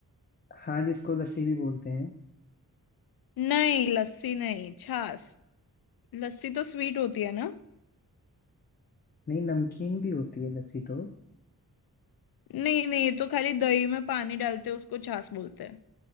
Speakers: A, on the left; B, on the left.
A: हाँ जिसको लस्सी भी बोलते हैं
B: नहीं लस्सी नहीं छाछ लस्सी तो स्वीट होती है ना
A: नहीं नमकीन भी होती है लस्सी तो
B: नहीं नहीं ये तो खाली दही में पानी डालते हैं उसको छाछ बोलते हैं